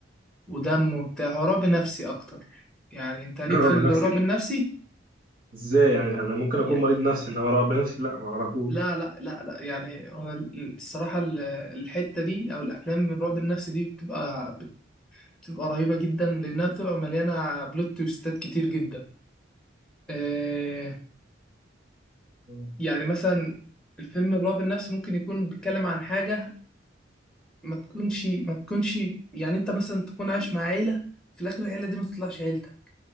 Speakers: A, in the centre; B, on the right.
A: ودم وبتاع هو رعب نفسي اكتر يعني انت ليك
B: <laughs> رعب
A: في الرعب
B: نفسي
A: النفسي
B: ازاي يعني انا ممكن اكون
A: يعني
B: مريض نفسي انما رعب نفسي لا ما اعرفوش
A: لا لا لا لا يعني هو ال- الصراحة ال- الحتة دي او الافلام من الرعب النفسي دي بتبقى بتبقى رهيبة جدا لانها بتبقى مليانة بلوت تويستات كتير جدا آه
B: آه.
A: يعني مثلا الفيلم الرعب النفسي ممكن يكون بيتكلم عن حاجة ما تكونش ما تكونش يعني انت مثلا تكون عايش مع عيلة في الاخر العيلة دي ما تطلعش عيلتك